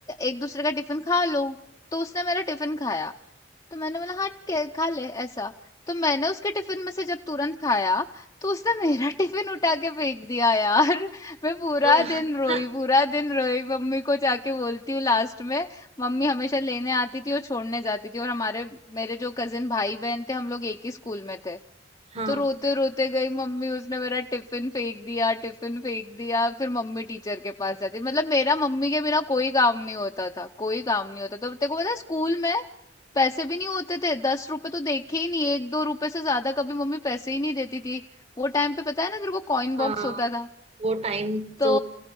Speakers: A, on the left; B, on the right.
A: एक दूसरे का टिफिन खा लो तो उसने मेरा टिफिन खाया तो मैंने बोला हाँ ठीक है, खा ले ऐसा तो मैंने उसके टिफिन में से जब तुरंत खाया तो उसने <laughs> मेरा टिफिन उठा के फेंक दिया यार मैं पूरा
B: <laughs>
A: दिन रोई पूरा दिन रोई मम्मी को जाके बोलती हूँ लास्ट में मम्मी हमेशा लेने आती थी और छोड़ने जाती थी और हमारे मेरे जो कजिन भाई बहन थे हम लोग एक ही स्कूल में थे
B: हाँ
A: तो रोते रोते गई मम्मी उसने मेरा टिफिन फेंक दिया टिफिन फेंक दिया फिर मम्मी टीचर के पास जाती मतलब मेरा मम्मी के बिना कोई काम नहीं होता था कोई काम नहीं होता तो तेको पता है स्कूल में पैसे भी नहीं होते थे दस रुपए तो देखे ही नहीं एक दो रुपए से ज्यादा कभी मम्मी पैसे ही नहीं देती थी वो टाइम पे पता है ना तेरे को कॉइन
B: हाँ
A: बॉक्स होता था
B: वो टाइम
A: तो
B: तो